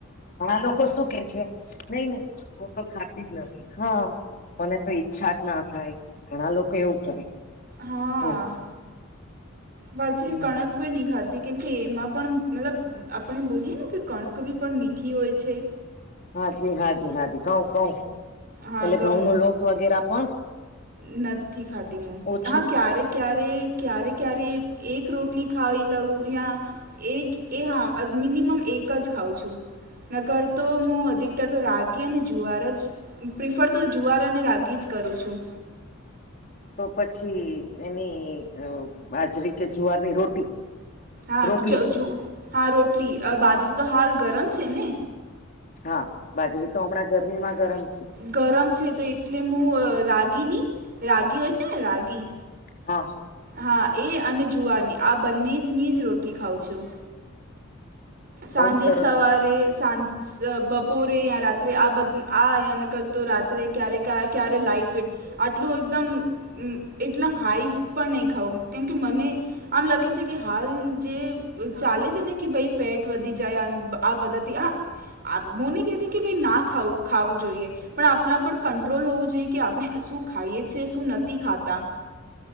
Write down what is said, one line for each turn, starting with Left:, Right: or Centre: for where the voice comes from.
Left: ઘણા લોકો શુક. કે છે, નઈ નઈ હું તો ખાતી જ નથી, હા મને તો ઈચ્છા જ ના થાય. ઘણા લોકો એવું કરે.
Right: હા,
Left: એમ
Right: પછી
Left: હમ
Right: કણક કોઈ નહી ખાતી કેમ કે એમાં પણ મતલબ આપણે બોલીએ ને કે કણક બી પણ મીઠી હોય છે.
Left: હાચી હાચી હાચી કઉ કઉ
Right: હા
Left: એટલે
Right: ઘઉં
Left: ઘઉંનો લોટ વગેરા પણ
Right: નથી ખાતી હું
Left: ઓછું
Right: હા ક્યારેક ક્યારે, ક્યારે-ક્યારે એક રોટલી ખાવી લઉં યાં એક એ હા મિનિમમ એક જ ખાઉ છું. નકરર તો હું અધિકતર તો રાગી અને જુવાર જ પ્રિફર તો જુવાર અને રાગી જ કરું છું.
Left: તો પછી એની અ બાજરી કે જુવારની રોટી
Right: હા
Left: રોટલી
Right: જજુ હા રોટલી અ બાજરી તો હાલ ગરમ છે ને?
Left: હા બાજરી તો હમણાં ગરમીમાં ગરમ છે.
Right: ગરમ છે તો એટલે હું રાગીની રાગી હોય છે ને રાગી
Left: હા.
Right: હા એ અને જુવારની આ બંને જ નીજ રોટલી ખાઉં છું. સાંજે-સવારે
Left: બહુ સરસ
Right: સા સાંજ, બપોરે યા રાત્રે આ બ આ અહીયા ન કરતો રાત્રે ક્યારે કા ક્યારે લાઈટ ફેટ આટલું એકદમ એટલા હાઈ પણ નઈ ખાવું કેમકે મને આમ લાગે છે. કે હાલ જે ચાલે છેને કે ભઈ ફેટ વધી જાય આ બધાથી આ આ હું નહિ કેતી કે ભાઈ ના ખાવું ખાવું જોઈએ. પણ આપણા પર કંટ્રોલ હોવું જોઈએ કે આપણે શું ખાઈએ છે છેએ શું નથી ખાતા